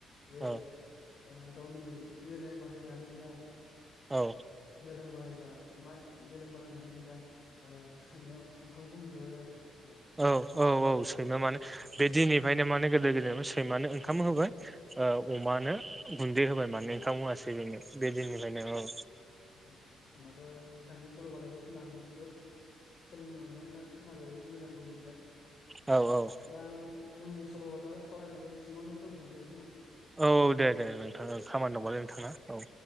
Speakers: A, on the left; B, on the right.
A: जे
B: औ
A: उम गावनि मेलेम बाहायनानै दा
B: औ
A: मेलेम बाहायबा मा मेलेम बाहायनानै दा सैमाया ओ ओंखामखौ मोनजाबाय आरो दा
B: औ औ औ सैमा माने
A: औ
B: बे दिनि फ्राय माने गोदो गोदेर सैमानो ओंखाम होबाय ओ अमानो
A: औ
B: गुन्दै होबाय माने मावासै बेनो बे दिननिफ्रायनो औ
A: आसा होनोमबाथ' बिथांनि सल'बाथाखौ खोनानानै जोबोद सोलोंनो मोनबाय बा खोनाबायबो मोजांबो मोनबाय
B: औ औ
A: दा जोंनि सल' दा सरायनायखौ एसेमावनो दोन्थ'नोसै खोमा
B: औ औ दे दे नोंथाङा खामानि
A: औ
B: दंबालाय नोंथाङा औ